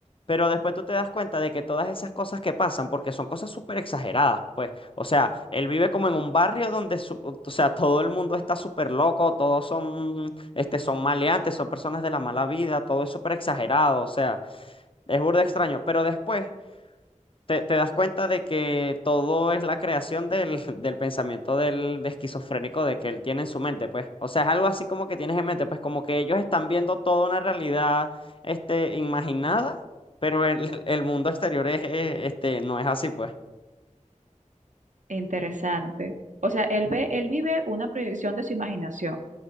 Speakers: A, on the left (about 45°); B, on the right (about 70°).
A: Pero después tú te das cuenta de que todas esas cosas que pasan, porque son cosas súper exageradas, pues. O sea, él vive como en un barrio donde, su- o sea, todo el mundo está súper loco, todos son, este, son maleantes, son personas de la mala vida, todo es súper exagerado, o sea, es burda extraño. Pero después te, te das cuenta de que todo es la creación del, <laughs> del pensamiento del de esquizofrénico de que él tiene en su mente, pues. O sea, es algo así como que tienes en mente, pues como que ellos están viendo toda una realidad, este, imaginada, pero el, <laughs> el mundo exterior es, eh, este, no es así, pues.
B: interesante. O sea, él ve, él vive una proyección de su imaginación.